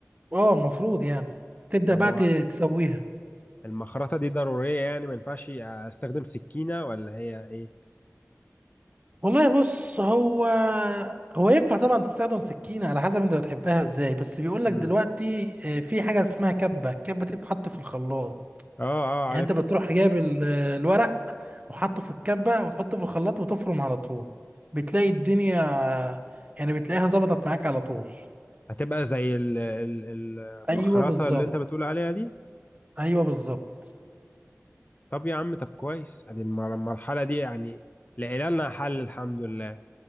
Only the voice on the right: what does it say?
اه المفروض يعني تبدأ
بقى
ت- تسويها
والله بص هو هو ينفع طبعا تستخدم سكينة على حسب انت بتحبها ازاي بس بيقول لك
دلوقتي آه، في حاجة اسمها كبة الكبة دي بتتحط في الخلاط
يعني
انت بتروح جايب ال- الورق وحطه في الكبة وتحطه في الخلاط وتفرم على طول بتلاقي الدنيا يعني بتلاقيها ظبطت معاك على طول
ايوه بالظبط
ايوه بالظبط